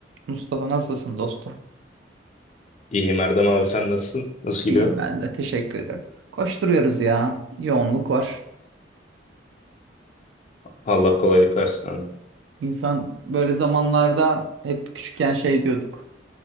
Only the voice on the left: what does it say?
İyiyim Erdem abi sen nasılsın? Nasıl
gidiyor?
Allah kolaylık versin abi.